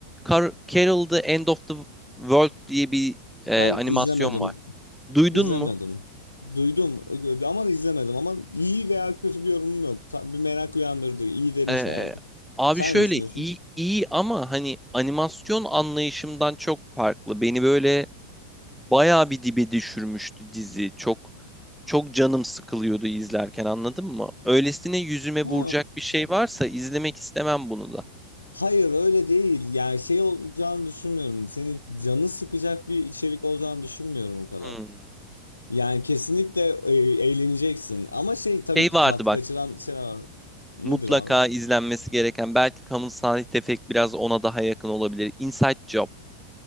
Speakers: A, in the centre; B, on the left.
A: Car Carol the End of the World diye bir e,
B: Ben
A: animasyon
B: izlemedim.
A: var. Duydun
B: izlemedim.
A: mu?
B: Duydum ö- ama izlemedim ama iyi veya kötü bir yorumum yok. Ta- Bir merak uyandırdı. İyi demişlerdi.
A: Ee, abi
B: Sen
A: şöyle
B: ne düşünüyorsun?
A: iyi iyi ama hani animasyon anlayışımdan çok farklı. Beni böyle bayağı bir dibe düşürmüştü dizi. Çok çok canım sıkılıyordu izlerken anladın mı? Öylesine yüzüme vuracak
B: Ha.
A: bir şey varsa izlemek istemem bunu da.
B: Hayır öyle değil. Yani şey olacağını düşünmüyorum. Seni canı sıkacak bir içerik olacağını düşünmüyorum o kadar.
A: Hmm.
B: Yani kesinlikle e, eğleneceksin. Ama şey tabii
A: Şey
B: ki
A: vardı
B: tat
A: bak
B: kaçıran şeyler var. Nedir
A: mutlaka
B: abi?
A: izlenmesi gereken belki kamusal tefek biraz ona daha yakın olabilir. Inside Job